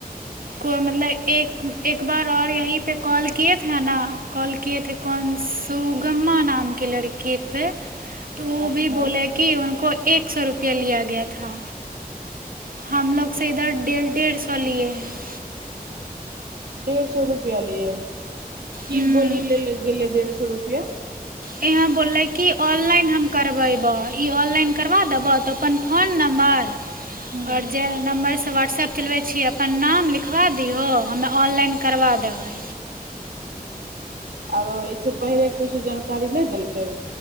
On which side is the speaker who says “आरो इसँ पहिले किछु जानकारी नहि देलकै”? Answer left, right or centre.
Right